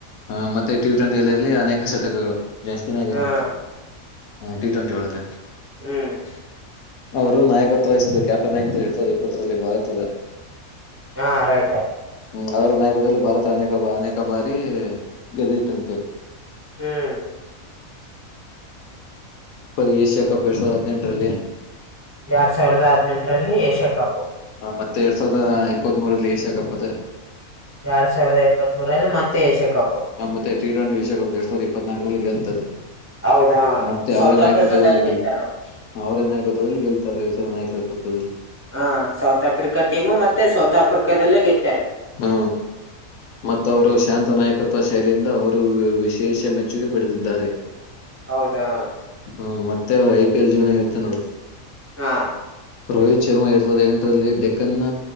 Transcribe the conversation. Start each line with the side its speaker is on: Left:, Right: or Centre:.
Left: ಹಾ ಮತ್ತೆ ಟಿ ಟ್ವೆಂಟಿಲ್ಲಿ ಅನೇಕ ಶತಕಗಳು. ಜಾಸ್ತಿನೆ ಆಗ್ಯಾವ.
Right: ಹ್ಮ್
Left: ಹಾ ಟಿ ಟ್ವೆಂಟಿ ಒಳಗ.
Right: ಹ್ಮ್.
Left: ಅವರು ನಾಯಕತ್ವ ವಹಿಸಿದ್ದರು ಕ್ಯಾಪ್ಟನ್ ಆಗಿದ್ರು ಎರಡ್ ಸಾವಿರದ ಇಪ್ಪತ್ತರಲ್ಲಿ ಭಾರತದ.
Right: ಹಾ ರೈಟ.
Left: ಹ್ಮ ಅವರ ನಾಯೋಗದಲ್ಲಿ ಭಾರತ ಅನೇಕ ಬ ಅನೇಕ ಬಾರಿ ಗೆದ್ದಿತಂತೆ.
Right: ಹ್ಮ್.
Left: ಪ ಏಷ್ಯಾ ಕಪ್ ಎರಡ್ ಸಾವಿರದ ಹದ್ನೆಂಟರಲ್ಲಿ.
Right: ಎರಡ್ ಸಾವಿರದ ಹದ್ನೆಂಟ್ರಲ್ಲಿ ಏಷ್ಯಾ ಕಪ್.
Left: ಮತ್ತೆ ಎರಡ್ ಸಾವಿರದ ಇಪ್ಪತ್ ಮೂರಲ್ಲಿ ಏಷ್ಯಾಕಪ್ಪದ.
Right: ಎರಡ್ ಸಾವಿರದ ಇಪ್ಪತ್ತ್ ಮೂರಲ್ಲಿ ಮತ್ತೆ ಏಷ್ಯಾ ಕಪ್.
Left: ಮತ್ತೆ ಟಿ ಟ್ವೆಂಟಿ ವಿಶ್ವಕಪ್ ಎರ್ಡ್ ಸಾವಿರದ್ ಇಪ್ಪತ್ನಾಕ್ರಲ್ ಗೆಲ್ತದ.
Right: ಹೌದಾ
Left: ಮತ್ತೆ
Right: ಸೌತ್
Left: ಅವರೇ ನಾಯಕತ್ವದಲ್ಲಿ
Right: ಆಫ್ರಿಕಾದಲ್ಲಿ
Left: ಗೆಲ್
Right: ಗೆತ್ತಾರ ನೋಡಿ
Left: ಅವರೇ ನಾಯಕತ್ವದಲ್ಲಿ ಗೆಲ್ತಾರೆ ರಾಯಚೂರು ನಾಯಕತ್ವದಲ್ಲಿ
Right: ಹಾ ಸೌತ್ ಆಫ್ರಿಕಾ ಟೀಮು ಮತ್ತೆ ಸೌತ್ ಆಫ್ರಿಕಾದಲ್ಲೇ ಗೆತ್
Left: ಹ್ಮ ಮತ್ತ ಅವರು ಶಾಂತ ನಾಯಕತ್ವ ಶೈಲಿಯಿಂದ ಅವ ರು ವಿಶೇಷ ಮೆಚ್ಚುಗೆ ಪಡೆದಿದ್ದಾರೆ.
Right: ಹೌದಾ
Left: ಹ ಮತ್ತೆ ಅವ್ರ ಐ ಪಿ ಎಲ್ ಜೀವನ ಹೇಳ್ತೇನೆ ನೋಡು
Right: ಹಾ
Left: ರೋಹಿತ್ ಶರ್ಮಾ ಎರಡ್ ಸಾವಿರದ ಎಂಟರಲ್ಲಿ ಡೆಕನ್